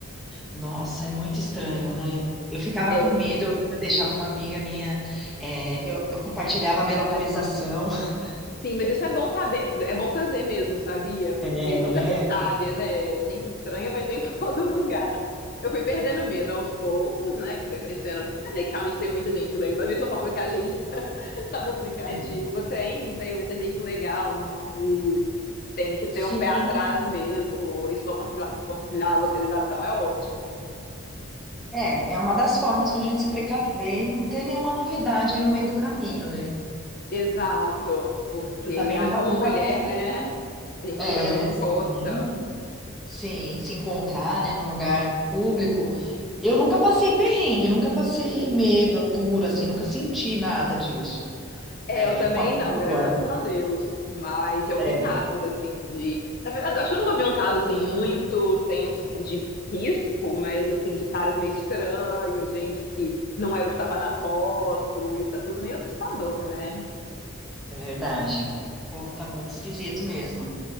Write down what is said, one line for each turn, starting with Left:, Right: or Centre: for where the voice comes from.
Centre: Nossa, é muito estranho, né? Eu ficava
Left: É,
Centre: com medo, eu deixava uma amiga minha, é, eu, eu compartilhava a minha localização. <laughs>
Left: Sim, mas isso é bom saber, é bom fazer mesmo, sabia? Porque
Centre: É, é.
Left: nunca se sabe, né? Gente estranha vai ter em <laughs> todo lugar. Eu fui perdendo medo aos poucos, né? Que você vai conhecendo. Você vê que realmente tem muita gente legal, da mesma forma que a gente <laughs> tá no aplicativo,
Centre: É, é.
Left: tem, tem muita gente legal, mas tem que ter
Centre: Sim,
Left: um pé atrás mesmo. Isso compartilhar, compartilhar a localização é ótimo.
Centre: é, é uma das formas para a gente se precaver e não ter nenhuma novidade aí no meio do caminho, né?
Left: Exato, porque
Centre: Eu também
Left: ai,
Centre: não, pa-
Left: como
Centre: nunca
Left: mulher,
Centre: passei.
Left: né?
Centre: por um-
Left: A gente
Centre: É,
Left: fica muito exposta.
Centre: sim, sim, se encontrar, né, num lugar público Eu nunca passei perrengue, nunca passei medo puro, assim, nunca senti nada disso.
Left: É,
Centre: É,
Left: eu também
Centre: com a pessoa.
Left: não, graças a Deus. Mas já ouvi
Centre: É.
Left: casos assim de. Na verdade, acho que eu nunca vi um caso assim
Centre: Sim,
Left: muito tenso assim de risco, mas assim de caras meio estranhos, gente que não era o que estava na foto. Isso é tudo meio assustador, né?
Centre: é verdade. O povo tá muito esquisito mesmo.